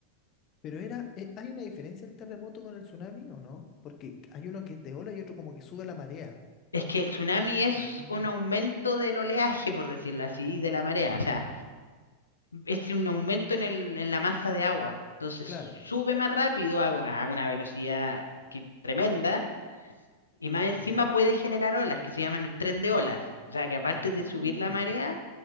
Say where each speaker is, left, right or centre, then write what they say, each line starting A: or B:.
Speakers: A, on the left; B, on the left.
A: Pero era, eh, ¿hay una diferencia el terremoto con el tsunami o no? Porque hay uno que te ola y otro como que sube la marea.
B: Es que el tsunami es
A: Pero sí, no,
B: un aumento del oleaje, por decirlo así, de la marea.
A: claro.
B: O sea, es un aumento en el, en la masa de agua. Entonces
A: Claro.
B: sube más rápido a, a una velocidad que, tremenda y más encima
A: Ya.
B: puede generar olas que se llaman el tren de olas. O sea, que aparte
A: Ah,
B: de
A: no.
B: subir la marea,
A: no.